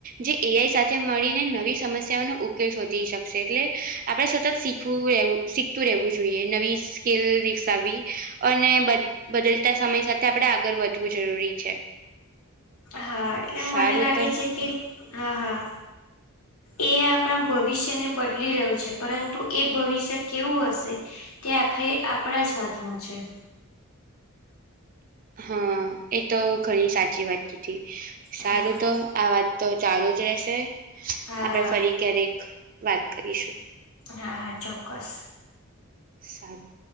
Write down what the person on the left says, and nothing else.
હા એટલે
મને લાગે
છે કે હા હા. એ આઈ આપણા ભવિષ્યને બદલી રહ્યું છે પરંતુ એ ભવિષ્ય કેવું હશે? ''તે આખરે આપણા જ હાથમાં છે. ''
હા.
હા
હા
હા હા ચોક્કસ!